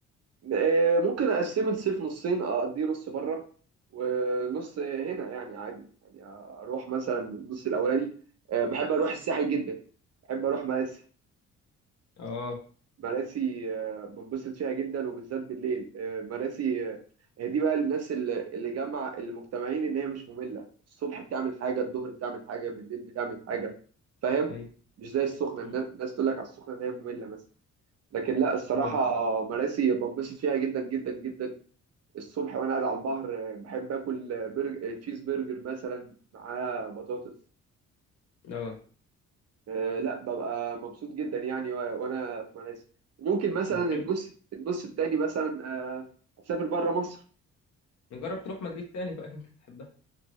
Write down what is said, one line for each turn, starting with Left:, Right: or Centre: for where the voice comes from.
Right: آه، ممكن اقسم الصيف نصين اقضيه نص بره ونص هنا يعني عادي يعني اروح مثلا النص الاولاني آه، بحب اروح الساحل جدا بحب اروح مراسي
Left: اه
Right: مراسي آه، بنبسط فيها جدا وبالذات بالليل آه، مراسي آه، هي دي بقى الناس اللي اللي جمع اللي مجتمعين ان هي مش ممله الصبح بتعمل حاجه الظهر بتعمل حاجه بالليل بتعمل حاجه فاهم
Left: ايوه
Right: مش زي السخنه النا-
Left: مم.
Right: الناس تقول لك على السخنه ان هي ممله مثلا لكن لا الصراحه
Left: اه
Right: آه، مراسي بنبسط فيها جدا جدا جدا الصبح وانا قاعد على البحر آه، بحب اكل برجر تشيز برجر مثلا معاه بطاطس
Left: اه
Right: آه، لا ببقى مبسوط جدا يعني و- وانا في ماليزيا ممكن مثلا
Left: بتحب
Right: النص النص التاني مثلا آه، اسافر بره مصر
Left: نجرب تروح مدريد تاني بقى يمكن تحبها